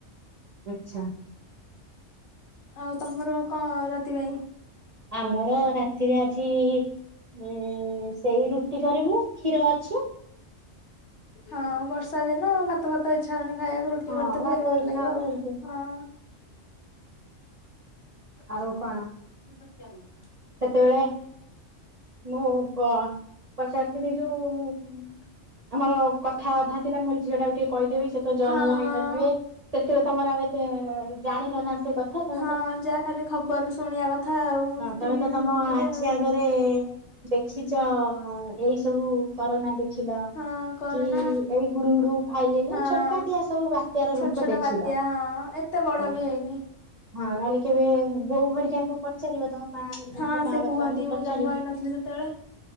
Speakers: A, on the right (about 45°); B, on the left (about 65°).
A: ଆଚ୍ଛା।
B: ଆଉ ତମର କଣ ରାତି ପାଇଁ?
A: ଆମର ରାତିରେ ଆଜି ଉଁ ସେଇ ରୁଟି କରିବୁ କ୍ଷୀର ଅଛି।
B: ହଁ ବର୍ଷା ଦିନ ଭାତ ଫାତ ଇଛା ହଉନି। ଖାଇବାକୁ ରୁଟି
A: ହଁ
B: କରିଦେଲେ
A: ଭାତ
B: ଭଲ
A: ଇଚ୍ଛା
B: ଲାଗିବ
A: ହଉନି
B: ଆଉ
A: ରୁଟି
B: ହଁ।
A: ଆଉ କଣ?
B: <unintelligible>
A: ସେତେବେଳେ ମୁଁ ପ ପଚାରିଥିଲି ଯୋଉ ଆମର କଥା ଅଧା ଥିଲା। ମୁଁ ଝିଅ ଟାକୁ ଟିକେ କହିଦେବି ସେ ତ ଜନ୍ମର
B: ହଁ ହଁ
A: ହେଇନଥିବେ। ସେଥିରେ ତମର ଆଉ ଏତେ ଜାଣିନ ନା। ସେ କଥା ତମେ
B: ହଁ
A: ତ
B: ଯାହା ଖାଲି ଖବର ରେ ଶୁଣିବା କଥା ଆଉ। ଟିଭି
A: ତମେ ତ ତମ
B: ଫିଭିରେ
A: ଆଖି
B: ଆଉ।
A: ଆଗରେ ଦେଖିଚ ଏଇ ସବୁ କରୋନା ରେ ଦେଖିଲ।
B: ହଁ କରୋନା
A: କି ଏଇ ହୁଡୁ ହୁଡୁ, ଫାଇଲିନି
B: ହଁ
A: ଛୋଟକାଠିଆ ସବୁ ବାତ୍ୟ ର
B: ଛୋଟ
A: ରୂପ
B: ଛୋଟ
A: ଦେଖିଲ।
B: ବାତ୍ୟା ହଁ ଏତେ ବଡ
A: ହଁ
B: ବି ହେଇନି।
A: ନହେଲେ କେବେ ବୋଉ ହେରିକାଙ୍କୁ ପଚାରିବ ତମ ମା ହେରିକାଙ୍କୁ
B: ହଁ
A: ମା
B: ସେ
A: ବାପାଙ୍କୁ
B: କୁହନ୍ତି ମୁଁ
A: ପଚାରିବ।
B: ଜନ୍ମ ହେଇନଥିଲି ସେତେବେଳେ